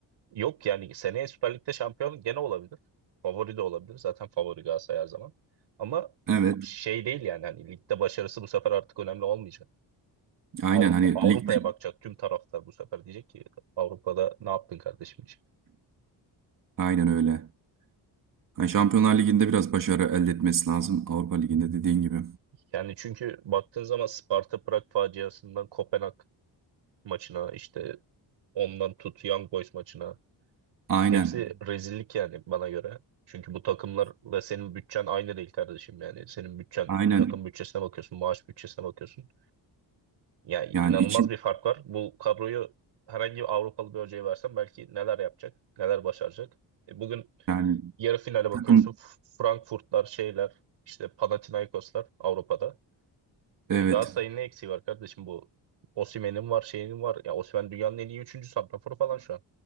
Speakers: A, on the right (about 85°); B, on the right (about 50°).
A: Yok yani seneye Süper Lig'de şampiyon gene olabilir. Favori de olabilir. Zaten favori Galatasaray her zaman. Ama
B: Evet,
A: şey değil yani hani ligde başarısı bu sefer artık önemli olmayacak.
B: aynen
A: Avrupa
B: hani
A: Avrupa'ya
B: ligde
A: bakacak tüm taraftar bu sefer diyecek ki Avrupa'da ne yaptın kardeşim diyecek.
B: aynen öyle. Hani Şampiyonlar Ligi'nde biraz başarı elde etmesi lazım. Avrupa Ligi'nde dediğin gibi.
A: Yani çünkü baktığın zaman Sparta Prag faciasından Kopenhag maçına işte ondan tut Young Boys maçına
B: Aynen.
A: hepsi rezillik yani bana göre. Çünkü bu takımlarla senin bütçen aynı değil kardeşim yani. Senin bütçen
B: Aynen.
A: takım bütçesine bakıyorsun, maaş bütçesine bakıyorsun. Yani
B: Yani
A: inanılmaz
B: iki
A: bir fark var. Bu kadroyu herhangi bir Avrupalı bir hocaya versen belki neler yapacak, neler başaracak. E, Bugün
B: yani
A: Yarı finale bakıyorsun.
B: takım
A: Frankfurtlar şeyler işte Panathinaikoslar Avrupa'da.
B: evet.
A: E Galatasaray'ın ne eksiği var kardeşim bu? Osimhen'in var, şeyinin var. Ya Osimhen dünyanın en iyi 3. santraforu falan şu an.